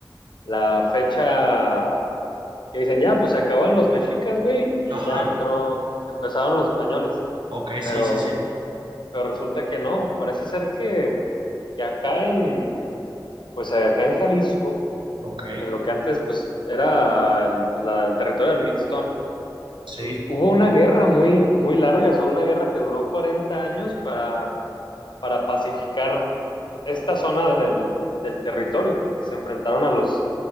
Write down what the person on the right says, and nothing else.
Ajá.
Ok,
sí, sí, sí.
Ok,
sí.